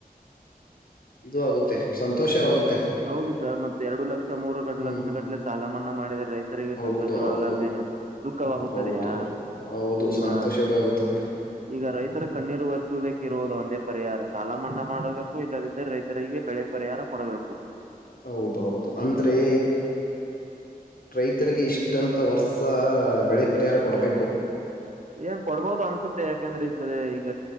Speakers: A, on the left; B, on the right.
A: ಇದು ಆಗುತ್ತೆ ಸಂತೋಷವಾಗುತ್ತೆ.
B: ಹೌದು ಸರ್ ಮತ್ತ ಎರಡು ಲಕ್ಷ ಮೂರು
A: ಹ್ಮ್
B: ಲಕ್ಷ ಕಟ್ಟಲೆ ಸಾಲ ಮನ್ನಾ ಮಾಡಿದ್ರೆ ರೈತ ರಿಗೆ
A: ಹೌದು
B: ಸಂತೋಷವಾಗಲಾರ್ದನ್
A: ಹೌದು
B: ದುಃಖವಾಗುತ್ತದೆಯಾ
A: ಹೌದು ಹೌದು
B: ಈಗ
A: ಸಂತೋಷವೇ ಆಗುತ್ತದೆ
B: ಈಗ ರೈತರ ಕಣ್ಣೀರು ಒರೆಸೋದಕ್ಕೆ ಇರುವುದು ಒಂದೇ ಪರಿಹಾರ ಸಾಲ ಮನ್ನಾ ಮಾಡಬೇಕು ಇಲ್ಲದಿದ್ದರೆ ರೈತರಿಗೆ ಪರಿಹಾರ ಕೊಡಬೇಕು.
A: ಹೌದೌದು ಅಂದ್ರೆ ರೈತರಿಗೆ ಇಷ್ಟಂತ ವರ್ಷ ಬೆಳೆ ಪರಿಹಾರ ಕೊಡಬೇಕು.
B: ಏನ್ ಕೊಡ್ಬೋದು ಅನ್ಸುತ್ತೆ ಯಾಕಂದ್ರೆ ಈ ಸ ಈಗ